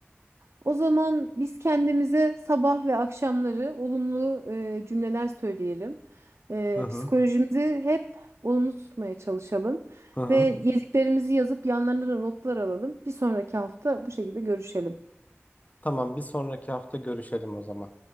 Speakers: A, on the right; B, on the left.
A: O zaman biz kendimize sabah ve akşamları olumlu e, cümleler söyleyelim. E,
B: Hı hı.
A: psikolojimizi hep olumlu tutmaya çalışalım
B: Hı hı.
A: ve yediklerimizi yazıp yanlarına da notlar alalım. Bir sonraki hafta bu şekilde görüşelim.
B: Tamam, bir sonraki hafta görüşelim o zaman.